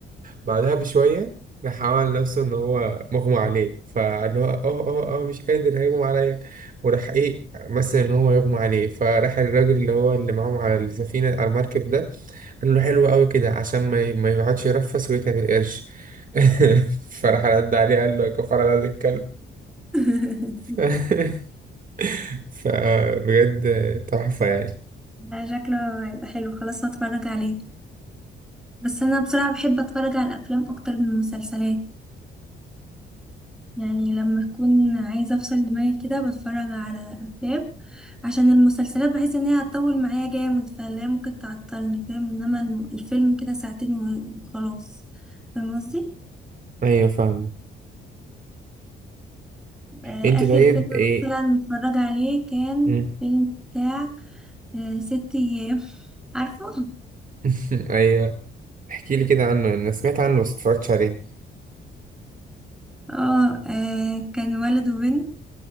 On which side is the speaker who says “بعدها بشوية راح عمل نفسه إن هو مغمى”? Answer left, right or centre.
Right